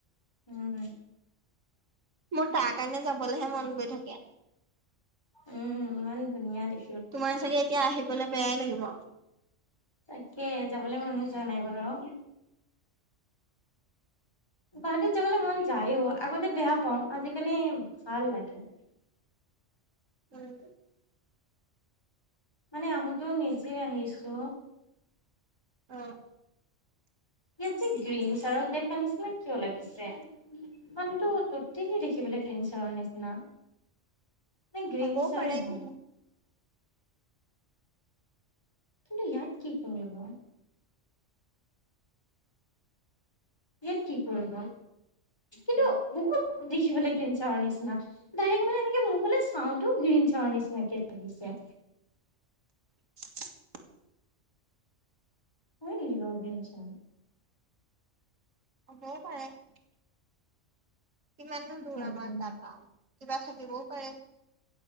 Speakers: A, on the left; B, on the right.
A: উম
B: মোৰ তাৰ কাৰণে যাবলৈহে মন গৈ থাকে
A: উম ইমান ধুনীয়া দেখি-
B: তোমাৰ চাগে এতিয়া আহিব- বলে বেয়াই লাগিব
A: তাকে যাবলৈ মনো যোৱা নাই বাৰু গুৱাহাটীত যাবলৈ মন যায় অ আগতে বেয়া পাওঁ আজিকালি ভাল লাগে।
B: উম
A: মানে আহোতেো নিজেই আহিছো
B: অ
A: ইয়াত যে গ্ৰীণ চাৰৰ দেখা নিচিনা কিয় লাগিছে মানুহটো ততেলি দেখিবলৈ গ্ৰীণ চাৰৰ নিচিনা নাই গ্ৰীন
B: হ'বও
A: চাৰে
B: পাৰে
A: হয়
B: কি
A: কিন্তু ইয়াত কি কৰিব ইয়াত কি কৰিব কিন্তু বহুত দেখিবলৈ গ্ৰীণ চাৰৰ নিচিনা ডাইৰেক্ট মানে এনেকে মুখলে চাওঁতো গ্ৰীণ চাৰৰ নিচিনাকে লাগিছে।
B: <inaudible>
A: হয় নেকি বাৰু গ্ৰীণ চাৰ
B: হবও পাৰে কিমান নো দূৰ
A: নাজানো
B: আমাৰ তাৰ পা কিবা থাকিবও পাৰে